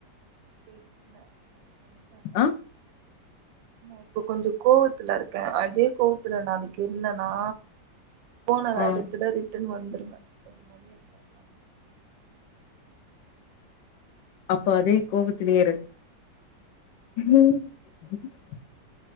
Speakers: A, on the right; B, on the left.
A: தெரில நான் சொல்றே
B: ஆ
A: நா இப்ப கொஞ்ச கோவத்துல இருக்கே அதே கோவத்துல நாளைக்கு இருந்தேன்னா போன வேகத்துல
B: ஆ
A: ரிட்டன் வந்துருவே ஒரு மய்யட்னே
B: அப்ப அதே கோவத்திலே இரு <unintelligible>